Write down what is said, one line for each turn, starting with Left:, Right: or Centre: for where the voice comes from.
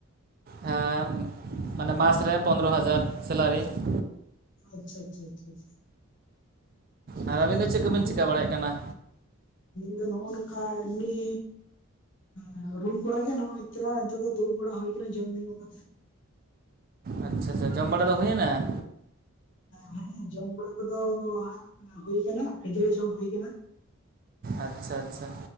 Right: ᱦᱮᱸ ᱢᱟᱱᱮ ᱢᱟᱥ ᱨᱮ ᱯᱚᱱᱫᱽᱨᱚ ᱦᱟᱡᱟᱨ ᱥᱮᱞᱟᱨᱤ ᱾
Left: ᱟᱪᱪᱷᱟ ᱟᱪᱪᱷᱟ ᱟᱪᱪᱷᱟ ᱾
Right: ᱟᱨ ᱟᱹᱵᱤᱱ
Left: ᱟᱫᱚ
Right: ᱫᱚ ᱪᱮᱫ ᱠᱚᱵᱤᱱ
Left: ᱟᱢ
Right: ᱪᱤᱠᱟᱹ ᱵᱟᱲᱟᱭᱮᱫ ᱠᱟᱱᱟ
Left: ᱫᱚ ᱱᱚ ᱱᱚᱝᱠᱟ ᱮᱢᱱᱤ ᱦᱮᱸ ᱨᱩᱢ ᱠᱚᱨᱮ ᱜᱮ ᱱᱚᱜᱼᱚᱭ ᱛᱚᱨᱟ ᱱᱤᱛᱚᱜ ᱫᱚ ᱫᱩᱲᱩᱵ ᱵᱟᱲᱟ ᱦᱩᱭ ᱟᱠᱟᱱᱟ, ᱡᱚᱢ ᱧᱩ ᱠᱟᱛᱮ ᱾
Right: ᱟᱪᱪᱷᱟ ᱟᱪᱪᱷᱟ ᱡᱚᱢ ᱵᱟᱲᱟ ᱫᱚ ᱦᱩᱭ ᱮᱱᱟ?
Left: ᱦᱮᱸ ᱡᱚᱢ ᱵᱟᱲᱟ ᱠᱚᱫᱚ ᱦᱟᱜ ᱦᱩᱭ ᱟᱠᱟᱱᱟ ᱠᱷᱟᱹᱡᱟᱹᱲᱤ ᱡᱚᱢ ᱦᱩᱭ ᱟᱠᱟᱱᱟ,
Right: ᱟᱪᱷᱟ ᱟᱪᱷᱟ,